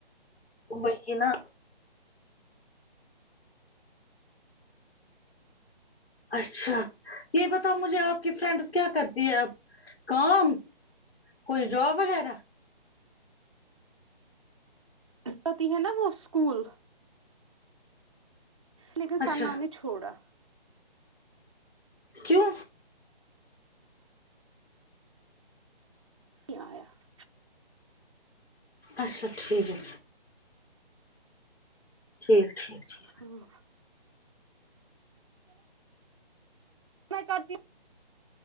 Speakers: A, on the left; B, on the right.
A: وہی نا اچھا یہ بتاؤ مجھے آپ کی فرینڈس کیا کرتی ہے اب کام کوئی جوب وغیرہ
B: پتی ہے نا وہ اسکول لیکن
A: اچھا
B: سنا نے چھوڑا
A: کیوں
B: <unintelligible>
A: اچھا ٹھیک ہے ٹھیک ٹھیک ٹھیک
B: ہوں میں کرتی ہوں